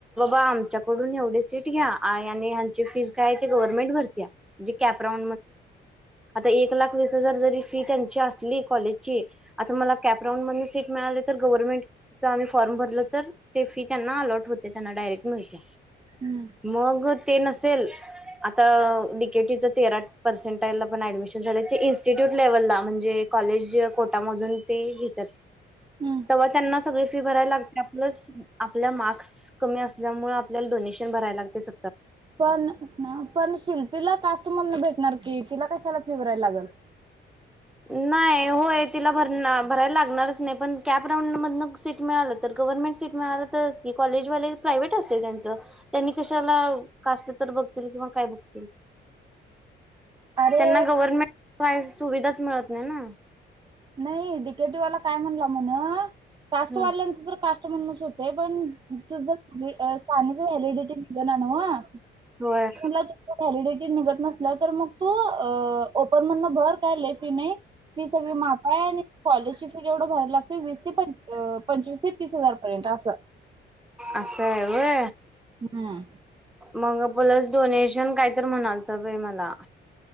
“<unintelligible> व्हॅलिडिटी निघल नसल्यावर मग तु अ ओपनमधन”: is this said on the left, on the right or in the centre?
Right